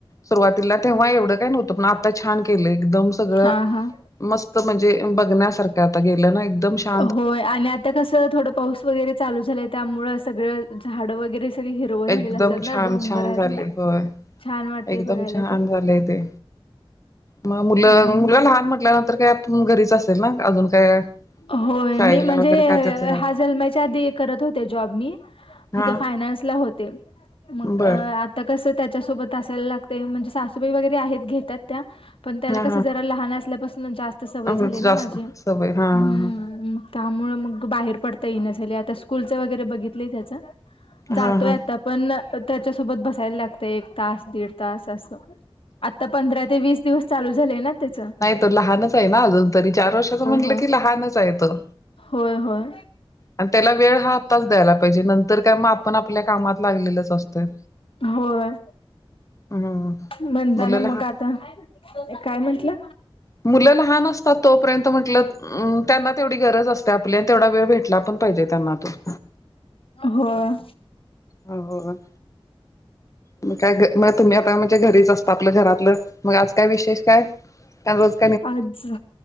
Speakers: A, on the left; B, on the left.
A: सुरुवात तिला तेव्हा एवढं काय नव्हतं... पण आता छान केलं... एकदम सगळं
B: हां हां.
A: मस्त म्हणजे... बघण्यासारखं... आता गेलं ना एकदम... छान
B: होय... आणि आता कसं... थोडं पाऊस वगैरे चालू झालंय त्यामुळं... सगळं झाडं वगैरे सगळं हिरवं झालेले
A: एकदम
B: असतात... ना
A: छान
B: डोंगरातले
A: छान झाले होय
B: छान वाटतय...
A: एकदम
B: बघायला
A: छान
B: ते?
A: झालंय ते मग मुलं...
B: हम्म.
A: मुलं लहान म्हटल्यानंतर काय आपण घरीच असेल ना अजून काय
B: होय...
A: शाळेला
B: मी म्हणजे...
A: वगैरे काय त्याच काय
B: हा जलमायच्या आधी करत होते जॉब मी... तिथं
A: हा
B: फायनान्सला होते... मग
A: बर
B: आ -ता कसं... त्याच्यासोबत असायला लागतय... म्हणजे सासूबाई वगैरे आहेत... घेतात त्या पण त्याला
A: हा
B: कसं... जरा लहान असल्यापासनं... जास्त सवय
A: हा
B: झाली ना
A: जास्त
B: माझी...
A: सवय हा हा
B: हम्म त्यामुळे मग... बाहेर पडता येईना झालय... आता स्कूलचं वगैरे बघितलं त्याचं... जातोय
A: हा हा हा
B: आता. पण... त्याच्यासोबत बसायला लागतंय... एक तास... दीड तास... असं आता पंधरा ते वीस दिवस... चालू झालेय ना त्याचं
A: तर लहानच आहे ना अजून तरी... चार वर्षाचं म्हटलं
B: होय
A: की लहानच आहे तो.
B: होय... होय.
A: अन त्याला वेळ हा आत्ताच द्यायला पाहिजे... नंतर काय मग... आपण आपल्या कामात.. लागलेलोच असतोय.
B: होय.
A: हम्म.
B: म्हणताना...
A: मुलं लहान
B: मग आता... काय म्हटलं?
A: मुलं लहान असतात तोपर्यंत म्हटलं, त्यांना तेवढी गरज अस- आपल्या तेवढा वेळ भेटला, पण पाहिजे त्यांना तो.
B: होय.
A: हो, हो, हो. मग काय मग तुम्ही आता म्ह- णजे घरीच असता आपलं घरातलं, मग आज काय विशेष काय? काय -
B: आज,